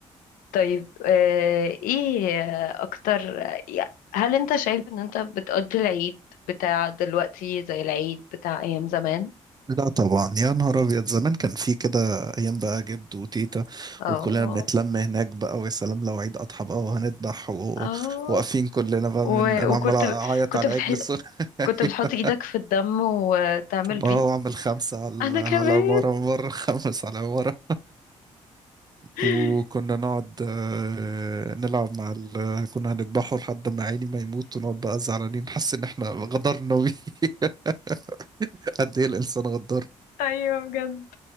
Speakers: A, on the left (about 85°); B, on the right (about 30°).
A: طيب آه، ايه اكتر يا- هل انت شايف ان انت بتقضي العيد بتاع دلوقتي زي العيد بتاع ايام زمان
B: لا طبعا يا نهار أبيض زمان كان في كده أيام بقى جد وتيتا
A: اه
B: وكلنا بنتلم هناك بقى ويا سلام لو عيد أضحى بقى وهنذبح و-
A: اه
B: وواقفين كلنا بقى
A: و-
B: من أنا
A: وكنت
B: عمال أعيط
A: كنت
B: على
A: بتحط
B: عجل الصغير
A: كنت بتحط
B: <laughs>
A: ايدك في الدم وتعمل بيه
B: اه وأعمل خمسة على
A: انا
B: على
A: كمان
B: العمارة من بره خمس على العمارة
A: <laughs>
B: وكنا نقعد آه، نلعب مع ال... كنا هنذبحه لحد ما عيني ما يموت ونقعد بقى زعلانين نحس ان احنا غدرنا بيه <laughs> قد ايه الانسان غدار
A: ايوه بجد